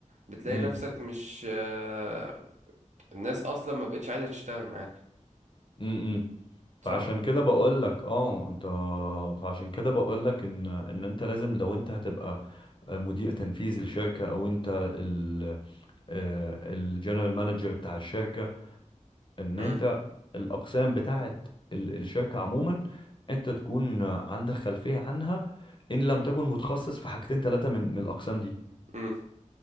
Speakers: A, on the right; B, on the left.
A: بتلاقي
B: امم
A: نفسك مش آه، الناس اصلا ما بقتش عايزة تشتغل معاك
B: امم فعشان
A: صح؟
B: كده بقول لك اه انت فعشان كده بقول لك ان ان انت لازم لو انت هتبقى مدير تنفيذي لشركه او انت ال الجنرال مانجر بتاع الشركه ان
A: امم
B: انت الاقسام بتاعت ال- الشركه عموما انت تكون عندك خلفيه عنها ان لم تكن متخصص في حاجتين ثلاثه من من الاقسام دي
A: امم